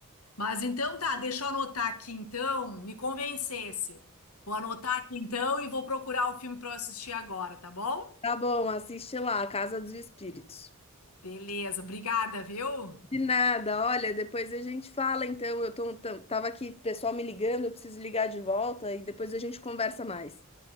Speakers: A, on the left (about 80°); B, on the left (about 25°).
A: Mas então tá, deixa eu anotar aqui então, me convencesse. Vou anotar aqui então e vou procurar o filme para eu assistir agora, tá bom?
B: tá bom, assiste lá, A Casa dos Espíritos.
A: Beleza, obrigada, viu?
B: De nada, olha, depois a gente fala, então, eu tô, tam- tava aqui, pessoal me ligando, eu preciso ligar de volta e depois a gente conversa mais.